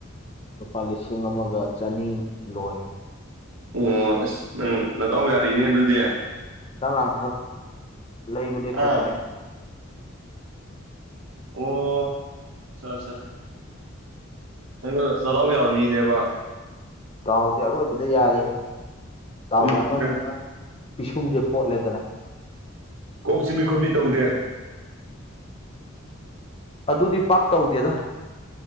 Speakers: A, on the left; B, on the right.
A: ꯂꯨꯄꯥ ꯂꯤꯁꯤꯡ ꯑꯃꯒ ꯆꯅꯤ ꯂꯣꯏ
B: ꯑꯣ ꯑꯁ ꯅꯪ ꯅꯗꯥꯎ ꯌꯥꯔꯤꯅꯦ ꯑꯗꯨꯗꯤ
A: ꯍꯤꯗꯥꯛ ꯂꯥꯡꯊꯛ ꯂꯩꯕꯅꯦ
B: ꯑꯥ
A: ꯈꯣꯠꯄꯅꯦ
B: ꯑꯣ ꯑꯁꯥ ꯑꯁꯥ ꯅꯪꯅ ꯅꯗꯥꯎ ꯌꯥꯕ ꯃꯤꯅꯦꯕ
A: ꯗꯥꯎꯗꯤ ꯑꯔꯣꯏꯕꯤꯗ ꯌꯥꯔꯦꯍꯦ ꯗꯥꯎ
B: ꯑꯗꯨꯝ
A: ꯌꯥꯃꯝꯗꯅ
B: ꯀꯩꯝ
A: ꯄꯤꯁꯨꯝꯁꯦ ꯐꯣꯠꯂꯦꯗꯅ
B: ꯀꯣꯛ ꯆꯤꯛꯄꯤ ꯈꯣꯠꯄꯤ ꯇꯧꯗꯦ
A: ꯑꯗꯨꯗꯤ ꯄꯥꯛ ꯇꯧꯗꯦꯗ